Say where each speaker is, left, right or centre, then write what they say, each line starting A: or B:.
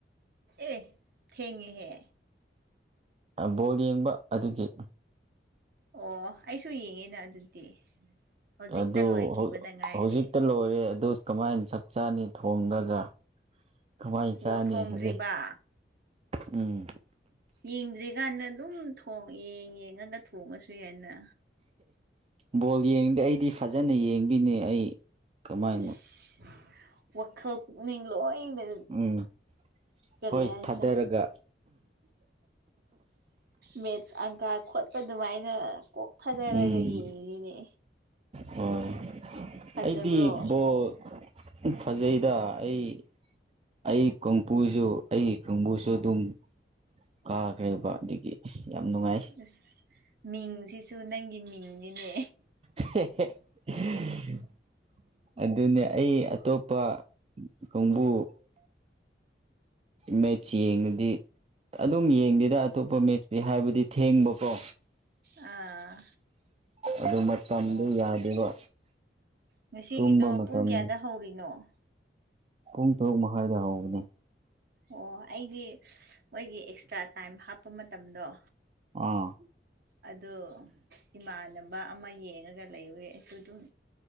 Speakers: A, on the right; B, on the right.
A: ꯑꯦ ꯊꯦꯡꯉꯤ ꯍꯦ
B: ꯕꯣꯜ ꯌꯦꯡꯕ ꯑꯗꯨꯒꯤ
A: ꯑꯣ ꯑꯩꯁꯨ ꯌꯦꯡꯉꯦꯅ ꯑꯗꯨꯗꯤ ꯍꯧꯖꯤꯛꯇ
B: ꯑꯗꯨ
A: ꯂꯣꯏꯈꯤꯕꯗ ꯉꯥꯏꯔꯦ
B: ꯍꯧꯖꯤꯛꯇ ꯂꯣꯏꯔꯦ ꯑꯗꯨ ꯀꯃꯥꯏꯅ ꯆꯥꯛ ꯆꯥꯅꯤ ꯊꯣꯡꯂꯒ ꯀꯃꯥꯏꯅ
A: ꯑꯣ
B: ꯆꯥꯅꯤ
A: ꯊꯣꯡꯗ꯭ꯔꯤꯕ
B: ꯍꯧꯖꯤꯛ ꯎꯝ
A: ꯌꯦꯡꯗ꯭ꯔꯤꯀꯥꯟꯗ ꯑꯗꯨꯝ ꯊꯣꯡ ꯌꯦꯡ ꯌꯦꯡꯉꯒ ꯊꯣꯡꯉꯁꯨ ꯌꯥꯏꯅ
B: ꯕꯣꯜ ꯌꯦꯡꯗꯦ ꯑꯩꯗꯤ ꯐꯖꯅ ꯌꯦꯡꯕꯤꯅꯦ ꯑꯩ ꯀꯃꯥꯏꯅ
A: ꯏꯁ ꯋꯥꯈꯜ ꯄꯨꯛꯅꯤꯡ ꯂꯣꯏꯅ
B: ꯎꯝ
A: ꯇꯔꯤ
B: ꯍꯣꯏ
A: ꯍꯥꯏꯁꯤꯔ
B: ꯊꯥꯗꯔꯒ
A: ꯃꯦꯠꯁ ꯑꯪꯀꯥ ꯈꯣꯠꯄ ꯑꯗꯨꯃꯥꯏꯅ ꯀꯣꯛ ꯊꯗꯔꯒ
B: ꯎꯝ
A: ꯌꯦꯡꯉꯤꯅꯦ
B: ꯍꯣꯏ
A: ꯐꯖꯕ꯭ꯔꯣ
B: ꯑꯩꯗꯤ ꯕꯣꯜ ꯐꯖꯩꯗ ꯑꯩ ꯑꯩ ꯀꯣꯝꯄꯨꯁꯨ ꯑꯩ ꯀꯥꯡꯕꯨꯁꯨ ꯑꯗꯨꯝ ꯀꯥꯈ꯭ꯔꯦꯕ ꯑꯗꯒꯤ ꯌꯥꯝ ꯅꯨꯡꯉꯥꯏ
A: ꯑꯁ ꯃꯤꯡꯁꯤꯁꯨ ꯅꯪꯒꯤ ꯃꯤꯡꯅꯤꯅꯦ
B: <unintelligible> ꯑꯗꯨꯅꯤ ꯑꯩ ꯑꯇꯣꯞꯄ ꯈꯣꯡꯕꯨ ꯃꯠꯆ ꯌꯦꯡꯉꯗꯤ ꯑꯗꯨꯝ ꯌꯦꯡꯗꯦꯗ ꯑꯇꯣꯞꯄ ꯃꯦꯠꯔꯤ ꯍꯥꯏꯕꯗꯤ ꯊꯦꯡꯕꯀꯣ
A: ꯑꯥ
B: ꯑꯗꯨ ꯃꯇꯝꯗꯨ
A: ꯑꯣ
B: ꯌꯥꯗꯦꯕ
A: ꯉꯁꯤꯒꯤꯗꯣ
B: ꯇꯨꯝꯕ ꯃꯇꯝ
A: ꯄꯨꯡ ꯀꯌꯥꯗ ꯍꯧꯔꯤꯅꯣ
B: ꯄꯨꯡ ꯇꯔꯨꯛ ꯃꯈꯥꯏꯗ ꯍꯧꯕꯅꯦ
A: ꯑꯣ ꯑꯩꯗꯤ ꯃꯣꯏꯒꯤ ꯑꯦꯛꯁꯇ꯭ꯔꯥ ꯇꯥꯏꯝ ꯍꯥꯞꯄ ꯃꯇꯝꯗꯣ
B: ꯑꯥ
A: ꯑꯗꯣ ꯏꯃꯥꯟꯅꯕ ꯑꯃ ꯌꯦꯡꯉꯒ ꯂꯩꯕꯒꯤ ꯑꯩꯁꯨ ꯑꯗꯨꯝ